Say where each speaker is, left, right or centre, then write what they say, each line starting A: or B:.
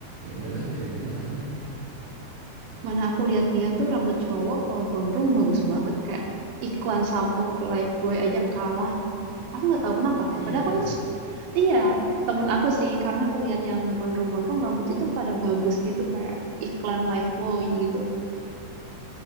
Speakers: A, on the right; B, on the right.
A: ya udahlah biarin aja panjang gitu
B: Mana aku lihat dia tuh rambut cowok kalau gondrong bagus banget kayak iklan sampo Playboy aja kalah Aku nggak tahu kenapa.
A: iya
B: Padahal
A: kah
B: kan, iya, temen aku sih. Karena aku lihat yang gondrong-gondrong rambutnya itu pada bagus gitu. Kayak iklan Lifebuoy gitu.